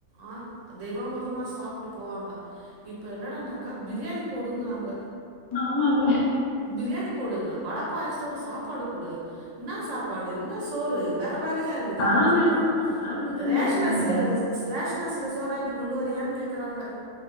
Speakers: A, on the right; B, on the left.
A: ஆ தேவாமிர்தமா ஸ் சாப்ட்டு போவாங்க இப்போ என்னடனாக்கா பிரியாணி போடுங்கறாங்க
B: ஆமாங்க
A: பிரியாணி போடுங்க வடப்பாயஸ் தோட சாப்பாடு குடு என்னா சாப்பாடு என்ன சோறு வே ற வேறையா இருக்குது
B: நான்வெஜ்
A: கொட்ட <unintelligible>
B: தான் நான்வெஜ் தான்
A: ரேஷன்
B: கேக்குறாங்க
A: அரிசியால ரேஷன் சில சோறாக்கி கொண்டு வரியான்னு கேக்குறாங்க